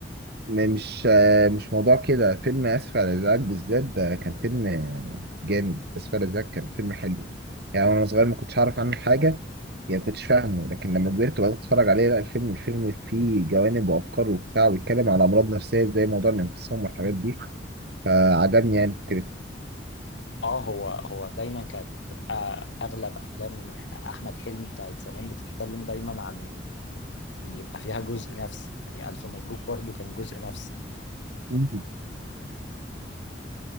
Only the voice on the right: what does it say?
م- مش آه، مش موضوع كده فيلم اسف على الازعاج بالذات ده كان فيلم آه، جامد اسف على الازعاج كان فيلم حلو يعني وانا صغير ما كنتش اعرف عنه حاجه يعني ما كنتش فاهمه لكن لما كبرت وبدات اتفرج عليه لا الفيلم الفيلم فيه جوانب وافكار وبتاع وبيتكلم على امراض نفسيه زي موضوع الانفصام والحاجات دي فعجبني يعني فكرته
مم.